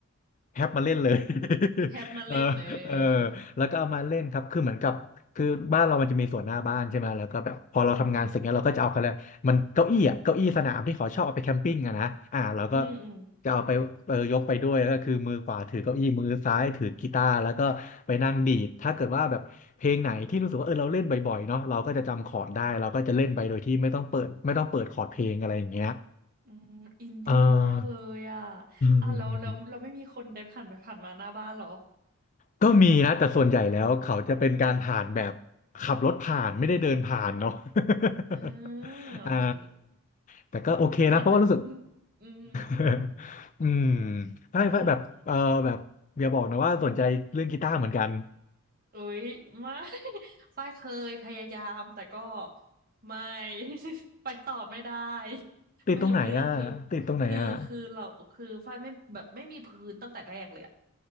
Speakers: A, on the left; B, on the right.
A: แฮปมาเล่นเลย
B: แฮปมาเล่นเออ
A: <laughs> เออเออแล้วก็เอามาเล่นครับคือเหมือนกับคือบ้านเรามันจะมีสวนหน้าบ้านใช่ไหมแล้วก็แบบพอเราทำงานเสร็จเนี้ยเราก็จะเอาเขาแหละ
B: อืม
A: มันเก้าอี้อ่ะเก้าอี้สนามที่เขาชอบเอาไปแคมปิ้งอะนะอ่าเราก็
B: อืมอืม
A: จะเอาไปเออยกไปด้วยแล้วก็คือมือขวาถือเก้าอี้มือซ้ายถือกีตาร์แล้วก็ไปนั่งดีดถ้าเกิดว่าแบบเพลงไหนที่รู้สึกว่าเออเราเล่นบ่อยๆเนาะเราก็จะจำคอร์ดได้เราก็จะเล่นไปโดยที่ไม่ต้องเปิดไม่ต้องเปิดคอร์ดเพลงอะไรอย่างเงี้ย
B: อืมอินดี้มากเลยอ่ะ
A: เอออืม
B: อ่ะเราเราเราไม่มีคนเดินผ่านไปผ่านมาหน้าบ้านเหรอ
A: ก็มีนะแต่ส่วนใหญ่แล้วเขาจะเป็นการผ่านแบบขับรถผ่านไม่ได้เดินผ่านเนาะ
B: เออ
A: <laughs>
B: โอเค
A: อ่าแต่ก็โอเคนะเพราะว่ารู้สึก
B: ถ้าเดินอืม
A: <laughs> อืมไม่ไม่แบบเออแบบอย่าบอกนะว่าสนใจเรื่องกีตาร์เหมือนกัน
B: เอ้ยไม่ <laughs> ฝ้ายเคยพยายามแต่ก็ไม่ <laughs> ไปต่อไม่ได้
A: ติดตรงไหนอ่ะติดตรงไหนอ่ะ
B: ไม่รู้เรื่องคือคือคือเราคือฝ้ายไม่แบบไม่มีพื้นตั้งแต่แรกเลยอะ